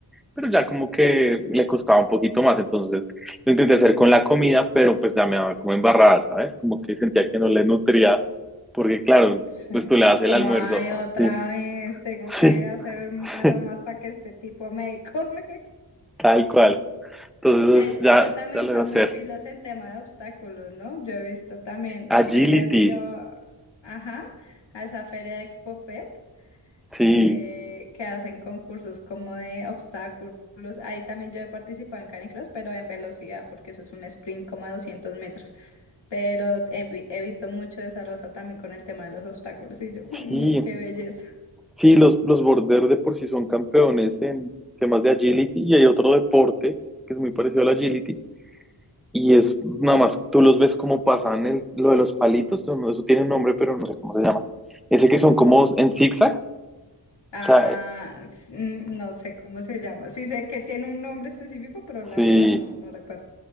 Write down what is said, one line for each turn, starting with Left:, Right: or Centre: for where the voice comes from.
Centre: pero ya como que le costaba un poquito más, entonces lo intenté hacer con la comida, pero pues ya me daba como embarrada, ¿sabes? Como que sentía que no le nutría, porque claro,
Left: sí.
Centre: pues tú le das el
Left: Como
Centre: almuerzo,
Left: hay otra
Centre: así,
Left: vez, tengo
Centre: sí,
Left: que hacer maromas
Centre: <laughs> sí,
Left: para que este tipo me come.
Centre: tal cual. Entonces
Left: E-
Centre: ya,
Left: Ellos también
Centre: ya le
Left: son
Centre: voy a hacer.
Left: muy pilos en tema de obstáculos, ¿no? Yo he visto también,
Centre: Agility,
Left: no sé si ha sido, ajá, a esa feria de Expo Pet,
Centre: sí,
Left: que, que hacen concursos como de obstáculos. Ahí también yo he participado en Canicross, pero en velocidad, porque eso es un sprint como a 200 metros. Pero he, vi- he visto mucho de esa raza también con el tema de los obstáculos y yo,
Centre: sí,
Left: uy, no, qué belleza.
Centre: sí, los, los border de por sí son campeones en temas de agility y hay otro deporte que es muy parecido al agility, Y es nada más, tú los ves como pasan el- lo de los palitos, no, eso tiene un nombre, pero no sé cómo se llama. Ese que son como en zigzag, o
Left: Ah,
Centre: sea,
Left: s- mm, no sé cómo se llama. Sí sé que tiene un nombre específico, pero la
Centre: si
Left: verdad no, no recuerdo.